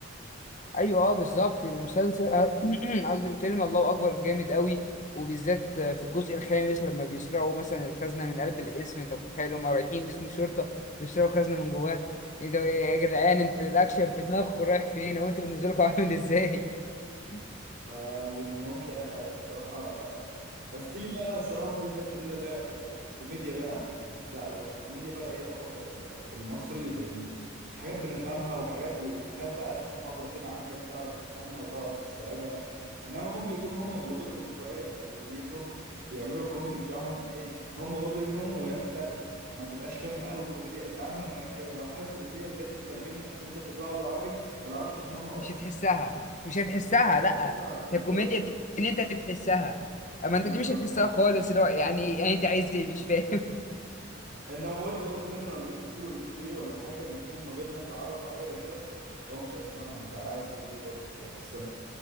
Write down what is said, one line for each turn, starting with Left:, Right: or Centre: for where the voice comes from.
Left: ايوه اه بالظبط المسلسل <clears throat> قصدي الفيلم الله اكبر جامد قوي وبالذات في الجزء الخامس لما بيسرقوا مثلا الخزنه من قلب القسم انت متخيل هم رايحين قسم شرطه بيسرقوا خزنه من جواه ايه ده إيه يا جدعان انتوا الاكشن في دماغكم رايح فين او انتوا بالنسبه لكم عامل ازاي <laughs>
Right: ما بيهمهمش اي حاجه الصراحه بس تيجي بقى الصراحه في حته كده لا آه، الكوميديا بقى لا لو في الكوميديا بقى ايه افضل ال- المصري لان حاجات بنفهمها وحاجات وافيهات بقى تكون حاضره كده عندك تعرف تفهمها وتعرف تستوعبها انما ممكن يكون هم بلغتهم شويه ب- بدنيتهم بيعملوا الكوميدي بتاعهم ايه هم برضو بيفهموا يعني انت ما تبقاش فاهم قوي الكوميديا انت عارف لما ك... لو حاجه كوميديه وجت تترجم لك وانت بتقراها بالعربي ما تعرفش تفهمها
Left: مش
Right: اصلا
Left: هتحسها مش هتحسها
Right: <laughs>
Left: لا
Right: بالظبط
Left: هي الكوميديا بت- ان انت بتحسها اما
Right: بالظبط
Left: انت دي مش هتحسها خالص اللي هو يعني يعني انت عايز ايه مش فاهم
Right: انا وانت برضه هنا لو جيت قلت له افيه ولا حاجه مفهوم ما بيننا كعرب او حاجه زي كده هو مش هيفهمها انت عايز تقول ايه برضه مش هيحسها